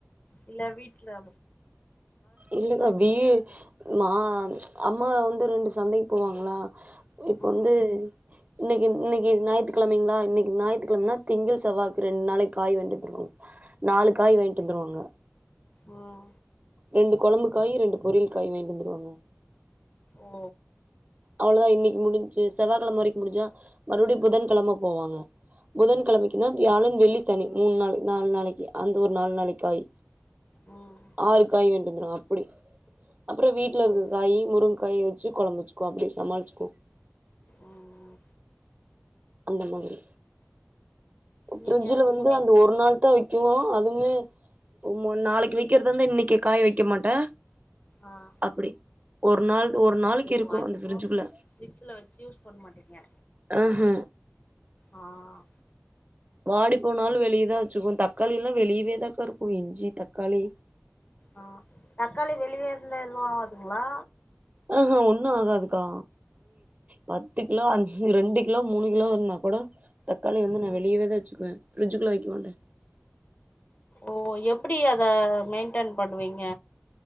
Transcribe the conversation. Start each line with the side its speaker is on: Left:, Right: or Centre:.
Left: இல்ல வீட்டுல
Right: இல்ல கா வீ நா அம்மா வந்து ரெண்டு சந்தைக் போவாங்களா இப்ப
Left: ம்
Right: வந்து இன்னைக்கி இன்னைக்கி ஞாயித்துக்கிழமைங்களா இன்னைக்கு ஞாயித்துக்கிழமனா திங்கள் செவ்வாக்கு ரெண்டு நாளைக்கு காய் வாங்கிட் வந்துருக்கு நாலு காய் வாங்கிட்டு வந்துருவாங்க
Left: உம்
Right: ரெண்டு கொழம்பு காய் ரெண்டு பொரியல் காய் வாங்கிட்டு வந்துருவாங்க
Left: ஓ
Right: அவ்ளோதா இன்னைக்கு முடுன்ச்சு செவ்வாக்கிழம வரைக்கு முடிஞ்சா மறுபடியு புதன்கிழம போவாங்க புதன் கிழமக்கினா வியாழன் வெள்ளி சனி மூணு நாளு நாலு நாளைக்கு அந்த ஒரு நாலு நாளைக்கு காய்
Left: ம்
Right: ஆறுக்காய் வேணூ வந்துரு அப்புடி அப்புறோ வீட்டுல இருக்க
Left: ஓ
Right: காய் முருங்க காய் வச்சு கொழம்பு வச்சு அப்புடி சமாளிச்சுக்குவோ
Left: ம்
Right: அந்த மாதிரி ஃப்ரிட்ஜுல
Left: நீங்க உங்க
Right: வந்து
Left: வீட்
Right: அந்த ஒரு நாள் தா நா அதுமே நொம்ம நாளைக்கு வக்கிறதாருந்த இன்னைக்கி காய் வைக்க மாட்டே
Left: ஆஹ்
Right: அப்டி ஒரு நாள் ஒரு நாளைக்கு
Left: ஓ
Right: இருக்கு
Left: அதிகமா
Right: அந்த ஃப்ரிட்ஜுக்குள்ள
Left: ஃப்ரிஜுல வச்சு யூஸ் பண்ண மாட்டிங்க.
Right: ஆஹ
Left: ஆஹ்...
Right: வாடி போனாலு வெளியதான் வச்சுக்குவோ தக்காளிலா வெளியவேதாக்காருக்கு இஞ்சி தக்காளி
Left: ஆஹ் தக்காளி வெளிய இருந்தா எதும் ஆதுங்களா
Right: ஆஹ்ஹா.. ஒண்ணு ஆகாதுக்கா. பத்து கிலோ அ ரெண்டு கிலோ மூணு கிலோ இருந்தா கூட தக்காளி வந்து
Left: ம்
Right: நா வெளியவேதான் வச்சுக்குவே ஃப்ரிட்ஜுக்குள்ள வக்கமாட்டே
Left: ஓ எப்டி அத மெயின்டென் பண்ணுவீங்க